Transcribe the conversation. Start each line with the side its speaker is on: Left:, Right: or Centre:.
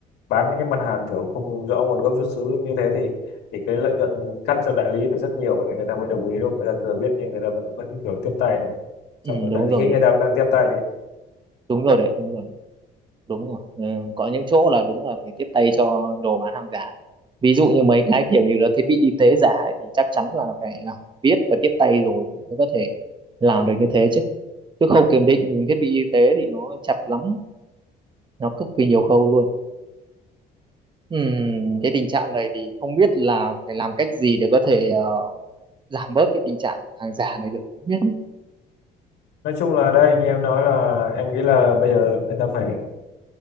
Left: bán những cái mặt hàng kiểu không rõ nguồn gốc xuất xứ như thế thì thì cái lợi nhuận cắt cho đại lý phải rất nhiều để người ta mới đồng ý
Right: ừ,
Left: đúng không người ta thừa biết nhưng người ta vẫn vẫn kiểu tiếp tay đúng không
Right: ừ
Left: Sợ
Right: đúng
Left: đại lý
Right: rồi đấy
Left: người ta cũng đang tiếp tay
Right: đúng rồi đấy đúng rồi đúng rồi ừ, có những chỗ là đúng là phải tiếp tay cho đồ bán hàng giả ví dụ như mấy cái kiểu như là thiết bị y tế giả ấy, thì chắc chắn là phải là biết và tiếp tay rồi thì mới có thể làm được như thế chứ chứ khâu kiểm định thiết bị y tế thì nó chặt lắm nó cực kỳ nhiều khâu luôn Ừm, cái tình trạng này thì không biết là phải làm cách gì để có thể ờ, giảm bớt cái tình trạng hàng giả này được Không biết
Left: nói chung là đây như em nói là em nghĩ là bây giờ người ta phải